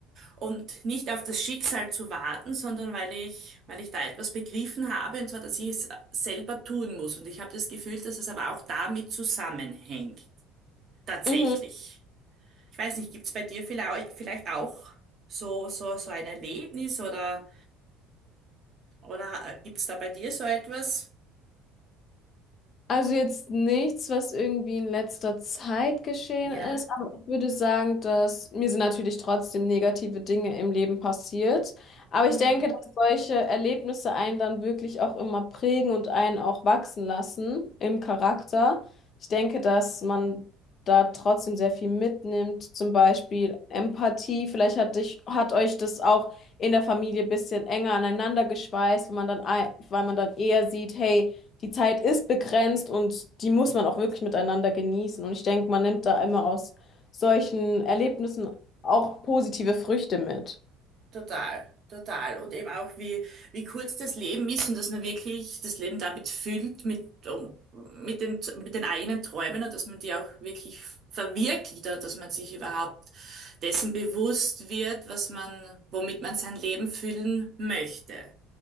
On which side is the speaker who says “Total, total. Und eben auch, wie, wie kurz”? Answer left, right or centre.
Right